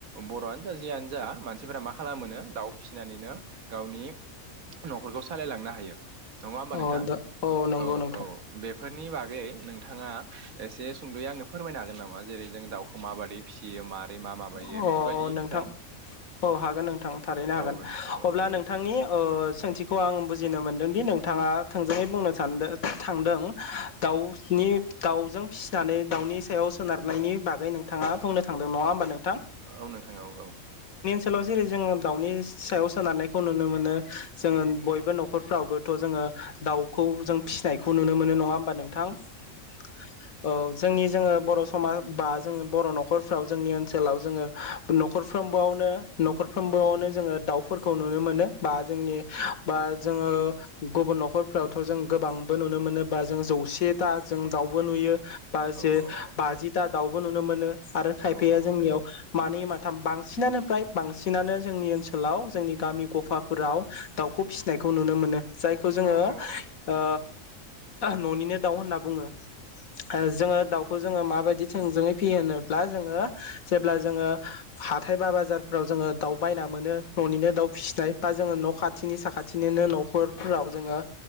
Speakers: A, on the right (about 80°); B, on the left (about 80°).
A: बर'आनो जा जियानो जा सिफोरा मा खालामोनो दाउ फिसिनानैनो गावनि न'खरखौ सालायलांनो हायो। नङा होमबा
B: अ
A: नोंथां
B: दा नंगौ
A: औ
B: नोंथां
A: औ बे फोरनि बागै नोंथाङा एसे सुंद'यै आंनो फोरमायनो हागोन नामा जेरै जों दाउखौ माबाददि फिसियो मा माबायो
B: अ
A: बेफोरबायदि
B: अ नोंथां
A: सायाव
B: अ हागोन नोंथां था रैनो हागोन
A: औ औ
B: अब्ला
A: औ औ
B: नोंथांनि ओ सोंथिखौ आं बु बुजिनो मोनदों दि नोंथाङा थोंजोै बुंनो सानदो थांदों दाउनि दाउजों फिसिनानै दाउनि सायाव सोनारनायनि बागै नोंथाङा बुंनो थांदों नङा होमबा नों
A: औ नोंथां औ औ
B: जेरै जोङो दाउनि सायाव सोनारनायखौ नुनो मोनो जोङो बयबो न'खरफ्रावबोथ' जोङो ओ दाउखौ जों फिनायखौ नुनो मोनो नङा होमबा नोंथां औ जोंनि जोङो बर' समाज बा जोङो बर' न'खरफ्राव जोंनि ओ सोलाव जोङो नखरफ्रोमबोआवनो न'खरफ्रोमबोआवनो जोङो दाउफोरखौ नुनो मोनो बा जो जोंनि बा जोङो गुब न'खफ्रावथ' जों गोबांबो नुनो मोनो बा जों जौसे थां जों दाउबो नुयो बा
A: औ
B: जे
A: औ
B: बाजिथा दाउबो नुनो मोनो आरो खायफाया
A: औ औ
B: जोंनियाव मानै माथाम बांसिनानो फ्राय बांसिनानो जोंनि ओनसोलाव जोंनि गामि गफाफोराव दाउखौ फिसिनायखौ नुनो मोनो। जायखौ जोङो
A: औ औ औ
B: ओ न'निनो दाउ होनना बुङो‌। ओ जोङो दाउखौ जोङो माबायदि थोंजोङै फिहोनोब्ला जोङो जेब्ला जोङो हाथाय बा बाजारफ्राव जोङो दाउ बायना मोनो न'निनो दाउ फिसिनाय बा जोङो न' खाथिनि साखाथिनिनो न' खरफोराव जोङो